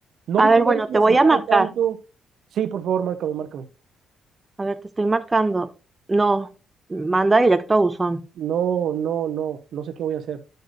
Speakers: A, on the right; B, on the right.
A: No
B: A
A: vi
B: ver,
A: que nadie
B: bueno,
A: se
B: te
A: me acercara
B: voy a marcar.
A: tanto. Sí, por favor, márcame, márcame.
B: A ver, te estoy marcando. No, manda directo a buzón.
A: No, no, no, no sé qué voy a hacer.